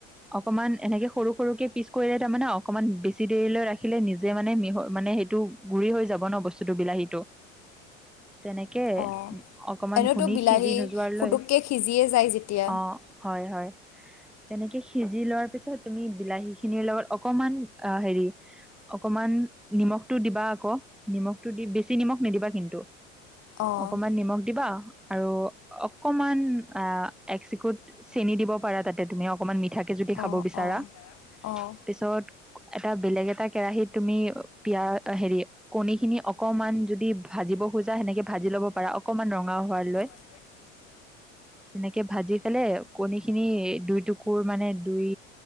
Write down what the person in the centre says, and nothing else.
অকমান এনেকে সৰু-সৰুকে পিচ কৰিলে তাৰমানে অকণমান বেছি দেৰিলৈ ৰাখিলে নিজে মানে মিহ মানে সেইটো গুৰি হৈ যাব ন বস্তুটো বিলাহীটো। তেনেক কে
অকমান
ভুনী
সিজি নোযোৱাৰ
লয়।
অ'! হয় হয়। তেনেকে সিজি লোৱাৰ পিছত তুমি বিলাহী খিনিৰ লগত অকমান অ' হেৰি অকমান নিমখটো দিবা আকৌ নিমখটো দি বেছি নিমখ নিদিবা কিন্তু।
অকমান নিমখ দিবা। আৰু অকমান আ এক চিকুট চেনি দিব পাৰা তাতে তুমি অকমান মিঠা, কে যদি খাব
বিচাৰা
পিছত, এটা বেলেগ এটা কেৰাহিত তুমি পিয়া হেৰি, কণী খিনি অকমান যদি ভাজিব খোজা সেনেকে ভাজি লব পাৰা অকমান ৰঙা হোৱালৈ।
এনেকে ভাজি ফেলে কণী খিনি দুই টুকুৰ মানে দুই,